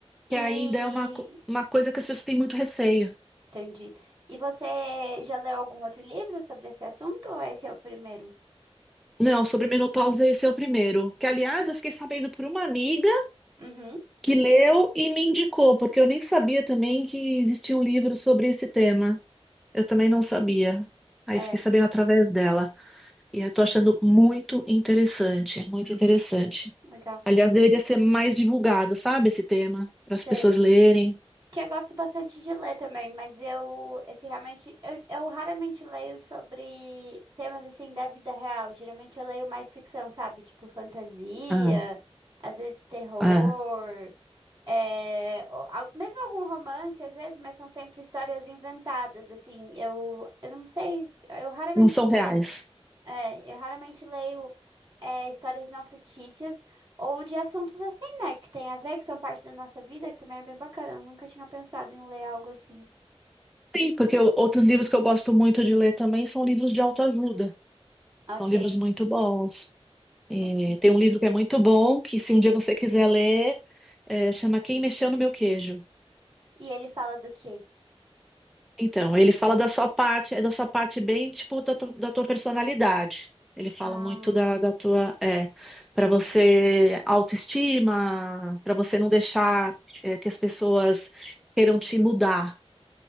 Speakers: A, on the right; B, in the centre.
A: E
B: que ainda é uma, co- uma coisa que as pessoas têm muito receio.
A: Entendi. E você já leu algum outro livro sobre esse assunto ou esse é o primeiro?
B: Não, sobre menopausa esse é o primeiro. Que, aliás, eu fiquei sabendo por uma amiga.
A: Uhum,
B: que leu e me indicou, porque eu nem sabia também que existia um livro sobre esse tema. Eu também não sabia. Aí
A: é,
B: fiquei sabendo através dela. E eu tô achando muito interessante, muito interessante.
A: legal.
B: Aliás, deveria ser mais divulgado, sabe, esse tema, para as
A: Sei.
B: pessoas lerem.
A: Que eu gosto bastante de ler também, mas eu, esse realmente, eu, eu raramente leio sobre temas assim da vida real. Geralmente eu leio mais ficção, sabe? Tipo fantasia,
B: Ah,
A: às vezes terror,
B: ah,
A: é, ou al- mesmo algum romance, às vezes, mas são sempre histórias inventadas, assim. Eu, eu não sei, eu raramente
B: Não são
A: leio.
B: reais.
A: É, eu raramente leio é, histórias não fictícias ou de assuntos assim, né? Que tem a ver, que são parte da nossa vida, que também é bem bacana. Eu nunca tinha pensado em ler algo assim.
B: Sim, porque eu- outros livros que eu gosto muito de ler também são livros de autoajuda.
A: Ok,
B: São livros muito bons. É,
A: ok.
B: tem um livro que é muito bom, que se um dia você quiser ler, é, chama Quem Mexeu no Meu Queijo.
A: E ele fala do quê?
B: Então, ele fala da sua parte, é da sua parte bem, tipo, da, tu- da tua personalidade. Ele fala
A: Ah,
B: muito da, da tua, é, para você autoestima, para você não deixar, é, que as pessoas queiram te mudar,